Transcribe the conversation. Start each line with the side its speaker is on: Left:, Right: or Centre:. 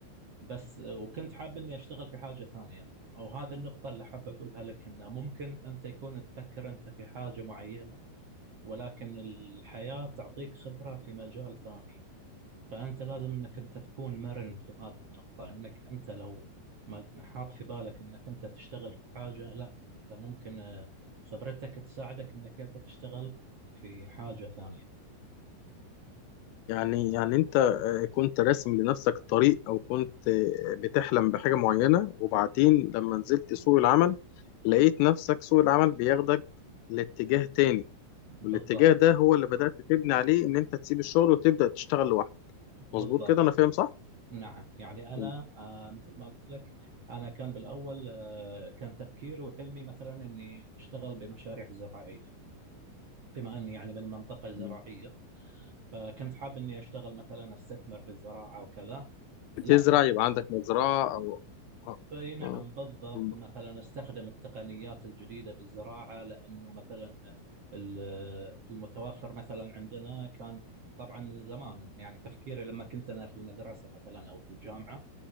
Right: بس وكنت حاب اني اشتغل في حاجه ثانيه او هذه النقطه اللي حاب اقولها لك انه ممكن انت يكون تفكر انت في حاجه معينه ولكن الحياه تعطيك خبره في مجال ثاني فانت لازم انك انت تكون مرن في هذه النقطه انك انت لو ما حاط في بالك انك انت تشتغل في حاجه لا انت ممكن آه، خبرتك تساعدك انك انت تشتغل في حاجه ثانيه
Left: يعني يعني انت آه، كنت راسم لنفسك طريق او كنت آه، بتحلم بحاجة معينة وبعدين لما نزلت سوق العمل لقيت نفسك سوق العمل بياخدك لاتجاه تاني
Right: بالضبط
Left: والاتجاه ده هو اللي بدأت تبني عليه ان انت تسيب الشغل وتبدأ تشتغل لوحدك
Right: بالضبط
Left: مظبوط كده انا فاهم صح؟
Right: نعم يعني أنا
Left: مم.
Right: آه، مثل ما قلت لك أنا كان بالأول آه، كان تفكيري وحلمي مثلا إني أشتغل بمشاريع زراعية بما إني يعني من منطقة زراعية
Left: مم.
Right: فكنت حاب إني أشتغل مثلا أستثمر بالزراعة وكذا
Left: بتزرع
Right: لا لا
Left: يبقى عندك مزرعة او آه،
Right: أي نعم
Left: آه.
Right: بالضبط
Left: مم.
Right: مثلا أستخدم التقنيات الجديدة بالزراعة لأنه مثلا ال- المتوفر مثلا عندنا كان طبعا زمان يعني تفكيري لما كنت أنا في المدرسة مثلا أو في الجامعة